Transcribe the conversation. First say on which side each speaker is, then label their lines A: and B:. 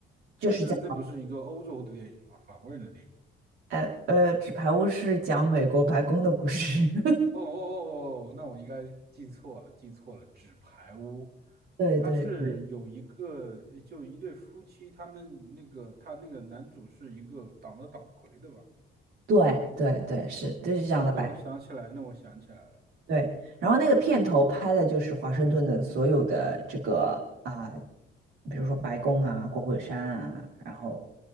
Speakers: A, on the right; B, on the right.
A: 就是在。
B: 但是那不是一个欧洲的电影吗？法国人的电影。
A: 呃呃，《纸牌屋》是讲美国白宫的故事。<laughs>
B: 哦哦哦，哦，那我应该记错了，记错了，《纸牌屋》，
A: 对对对
B: 它是有一个呃就一对夫妻，他们那个他那个男主是一个党的党魁，对吧？
A: 对对对，是就是这样的摆。
B: 那那我想起来，那我想起来了。
A: 对，然后那个片头拍的就是华盛顿的所有的这个啊、比如说白宫啊、国会山啊，然后